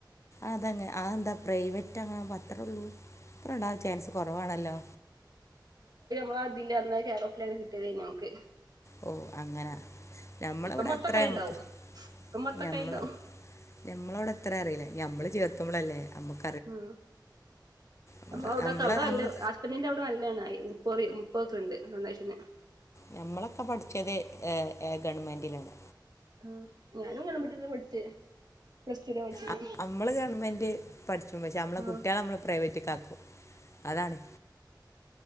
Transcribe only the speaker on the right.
നമ്മള അതില്ല അന്ന്കേറോഫിലങ്ങനകിട്ടിയത് നമക്ക്
ഇപ്പം പത്തൊക്കായി
ഉണ്ടാവും ഇപ്പം പത്തൊക്കായി
ഉണ്ടാവും
ഉം
നമ്മ അവിടൊക്കെ
അവിട
അല്ല അപ്പനീറെ അവിടെ നല്ലതണ്ായി മുപ്പറി മുപ്പ ഒക്കെ ഉണ്ട് ഡോണെഷന്
ആ ഞാനും ഗവൺമെന്റിലാ പഠിച്ചേ പ്ലസ് ടുലാ പഠിച്ചത്
ആഹ്